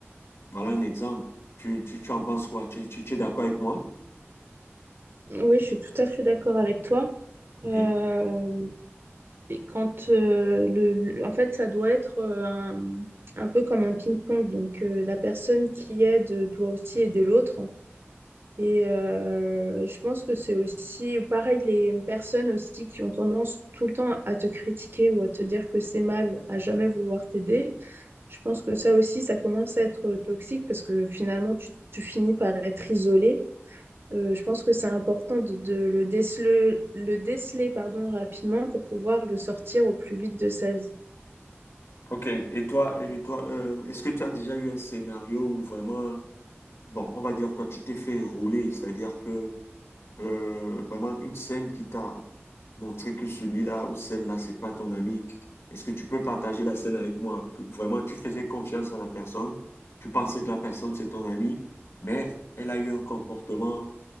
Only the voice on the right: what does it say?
Oui, je suis tout à fait d'accord avec toi.
Euh, et quand euh, le, le- en fait, ça doit être euh, un, un peu comme un ping-pong. Donc, euh, la personne qui aide doit aussi aider l'autre. Et euh, je pense que c'est aussi, ou pareil, les personnes aussi qui ont tendance tout le temps à te critiquer ou à te dire que c'est mal, à jamais vouloir t'aider. Je pense que ça aussi, ça commence à être toxique parce que finalement, tu, tu finis par être isolé. Euh, je pense que c'est important de, de le déceler, le déceler, pardon, rapidement pour pouvoir le sortir au plus vite de sa vie.